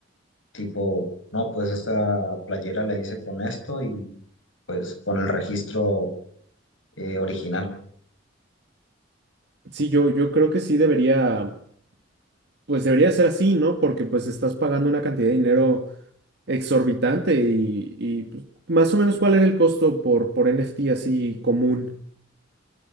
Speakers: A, on the left (about 90°); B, on the right (about 60°).
A: tipo, no, pues esta playera la hice con esto y pues con el registro eh, original.
B: Sí, yo, yo creo que sí debería. pues debería ser así, ¿no? Porque pues estás pagando una cantidad de dinero exorbitante y, y, pues, más o menos cuál era el costo por, por NFT así común.